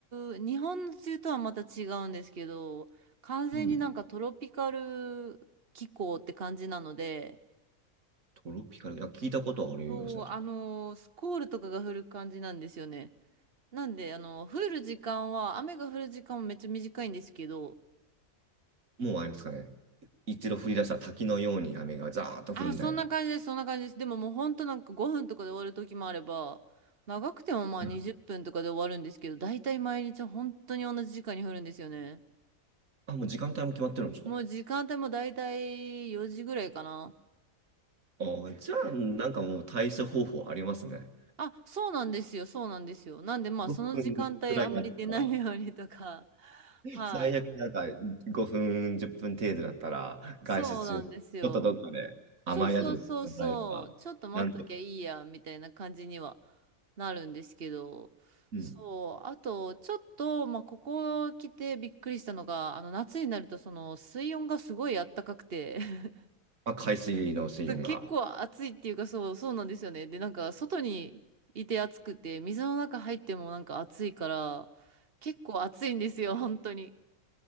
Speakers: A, on the right; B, on the right.
A: う、日本の梅雨とはまた違うんですけど、完全になんかトロピカル気候って感じなので、
B: うんトロピカル、いや、聞いたことはありますね。
A: そう、
B: と
A: あのースコールとかが降る感じなんですよね。なんで、あの、降る時間は、雨が降る時間もめっちゃ短いんですけど、
B: もうあれですかね。一度降り出した滝のように雨がザーッと降るみたいな。
A: あ、そんな感じです、そんな感じです。でももうほんとなんか5分とかで終わる時もあれば、長くてもまあ20分とかで終わるんですけど、
B: うん
A: 大体毎日本当に同じ時間に降るんですよね。
B: あ、もう時間帯も決まってるんですか
A: もう時間帯も大体4時ぐらいかな。
B: あー、じゃあ、なんかもう対処方法ありますね。
A: あ、そうなんですよ、そうなんですよ。なんでまあその時間帯あんまり出ないようにとか、
B: 5分くらいだったら、
A: <laughs> はい。
B: 最悪なんか5分、10分程度だったら、
A: そうなんですよ。
B: 外出中、ちょっとどっかで甘い宿り行ってもらえれば、
A: そうそうそうそう、ちょっと待っときゃいいや、
B: なんと、
A: みたいな感じにはなるんですけど、
B: うん。
A: そう、あと、ちょっと、まあ、ここ来てびっくりしたのが、あの、夏になると、その、水温がすごいあったかくて、<laughs>
B: まあ、海水の水温が、
A: そう結構暑いっていうか、そう、そうなんですよね。で、なんか、外にいて暑くて、水の中入ってもなんか暑いから、結構暑いんですよ、本当に。